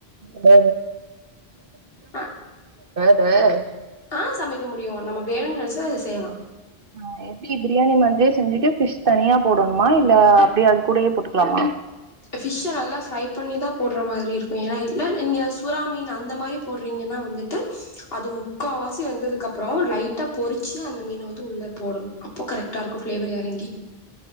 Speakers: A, on the right (about 60°); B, on the left (about 70°).
A: ஓ
B: அ
A: ஆ
B: ஆ சமைக்க முடியு நம்ம வேணு நெனைச்சா அது செய்யலா
A: ஆ எப்பிடி பிரியாணி மாதியே செஞ்சிட்டு பிஷ் தனியா போடணுமா இல்ல அப்பிடியே அது கூடயே போட்டுக்கலாமா
B: பபிஷ்ஷ நல்லா ஃப்ரை பண்ணிதா போடுற மாதிரி இருக்கு ஏன்னா இல்ல நீங்க சுற மீன் அந்த மாரி போடுறீங்கன்னா வந்துட்டு அது முக்காவாசி வெந்ததுக்கு அப்புறோ லைட்டா பொறிச்சி அந்த மீன வந்து உள்ள போடணு அப்ப கரெக்ட்டா இருக்கு ஃப்ளேவர் இறங்கி